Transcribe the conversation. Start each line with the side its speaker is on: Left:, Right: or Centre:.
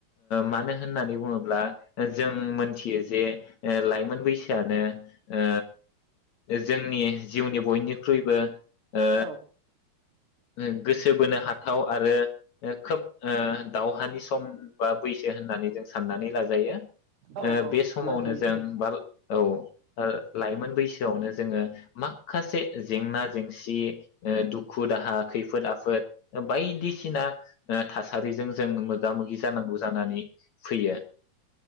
Left: मानो होननानै बुङोब्ला ओ जों मोनथियो जे ओ लाइमोन बैसोआनो ओ जोंनि जिउनि बयनिख्रुइबो ओ।
Right: औ
Left: ओ गोसो बोनो हाथाव आरो ओ खोब ओ दावहानि सम बा बैसो होननानै जों साननानै लाजायो। ओ
Right: औ औ
Left: बे समावनो
Right: लाजायो
Left: जों बा औ। ओ लाइमोन बैसोआवनो जोङो माखासे जेंना जेंसि ओ दुखु दाहा खैफोद आफोद ओ बायदिसिना ओ थासारिजों जों मोगा मोगि जानांगौ जानानै फैयो।